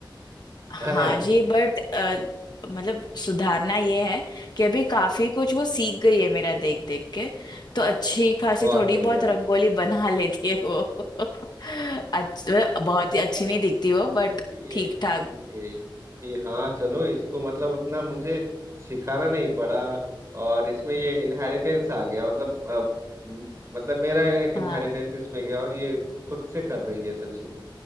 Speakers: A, on the left; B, on the right.
A: हाँ
B: है ना
A: जी बट मतलब सुधारना ये है कि अभी काफी कुछ वो सीख गई है मेरा देख देख के तो अच्छी खासी
B: बहुत
A: थोड़ी
B: बढ़िया
A: बहुत रंगोली बना <laughs> लेती है वो <laughs> अच्छ, मतलब बहुत ही अच्छी
B: आपको
A: नहीं दिखती
B: तो खुश
A: वो
B: होना
A: बट
B: चाहिए
A: ठीक
B: इसके
A: ठाक
B: लिए कि हाँ चलो इसको मतलब उतना मुझे सिखाना नहीं पड़ा और इसमें ये इनहेरिटेंस आ गया मतलब अ, म- मतलब मेरा
A: हाँ
B: इनहेरिटेंस इसमें गया और ये खुद से कर रही है सब चीजें